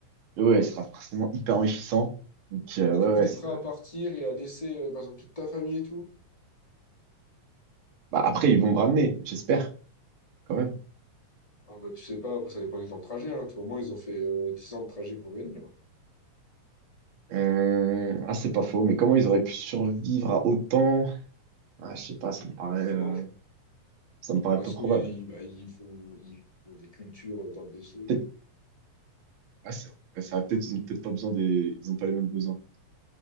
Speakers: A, on the right; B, on the left.
A: mais ouais, ça sera forcément hyper enrichissant. Donc, euh,
B: Ah,
A: ouais,
B: du coup, t'es
A: ouais. c'est-
B: prêt à partir et à laisser, euh, par exemple, toute ta famille et tout?
A: Bah, après, ils vont me ramener, j'espère, quand même.
B: Ah, bah, tu sais pas, après, ça dépend du temps de trajet, hein. Tu vois, moi, ils ont fait euh, 10 ans de trajet pour venir.
A: Hum, Ah, c'est pas faux, mais comment ils auraient pu survivre à autant? Ah, je sais pas, ça me paraît,
B: Bon, bah, tu
A: euh,
B: manges.
A: ça me paraît
B: Bah,
A: peu
B: ce
A: probable.
B: qu'ils bah, ils font, ils font des cultures euh, dans le vaisseau et tout.
A: Peut-être, ouais, c'est vrai. Ouais, c'est vrai. Peut-être, ils ont peut-être pas besoin des, ils ont pas les mêmes besoins.